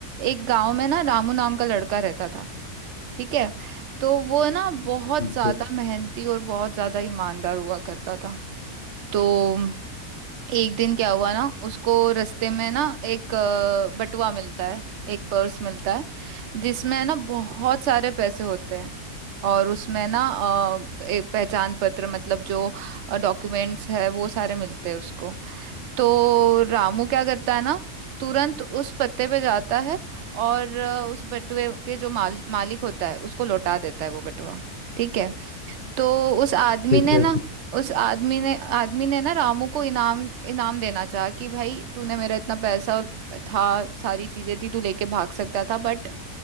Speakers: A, on the right (about 60°); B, on the left (about 45°).
A: एक गांव में ना रामू नाम का लड़का रहता था ठीक है तो वो ना बहुत
B: ठीक
A: ज्यादा
B: है
A: मेहनती और बहुत ज्यादा ईमानदार हुआ करता था तो एक दिन क्या हुआ ना उसको रास्ते में ना एक अ, बटुआ मिलता है एक पर्स मिलता है जिसमें ना बहुत सारे पैसे होते हैं और उसमें ना अ, एक पहचान पत्र मतलब जो डॉक्यूमेंट्स है वो सारे मिलते हैं उसको तो रामू क्या करता है ना तुरंत उस पत्ते पे जाता है और अ, उस बटुए के जो माल, मालिक होता है उसको लौटा देता है वो बटुआ ठीक है तो उस आदमी
B: ठीक
A: ने
B: है
A: ना उस आदमी ने आदमी ने ना रामू को इनाम इनाम देना चाहा कि भाई तूने मेरा इतना पैसा और था सारी चीजें थी तू लेके भाग सकता था बट